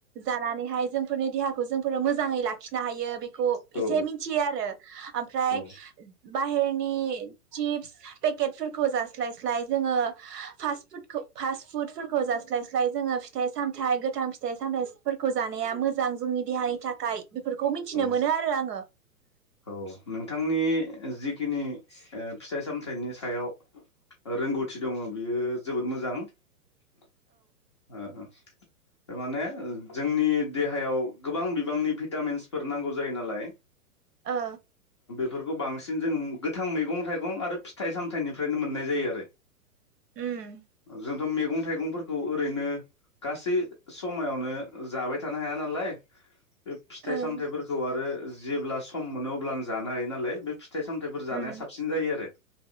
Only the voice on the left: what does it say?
औ
औ
औ
औ नोंथांनि जिखिनि ओ फिथाइ सामथाइनि सायाव रोंगौथि दङ' बियो जोबोद मोजां। जां। ओ दामाने जोंनि देहायाव गोबां बिबांनि भिटामिन्स फोर नांगौ जायो नालाय
फोरखौ बांसिन जों गोथां मैगं थाइगं आरो फिथाइ सामथाइनिफ्रायनो मोननाय जायो आरो।
जों दम मैगं थाइगंफोरखौ ओरैनो गासै समायावनो जाबाय थानो हाया नालाय बे फिथाइ
सामथायाइफोरखौ आरो जेब्ला सम मोनो अब्ला आं जानो हायो नालाय बे फिथाइ सामथायाइफोर जानाया
साबसिन जायो आरो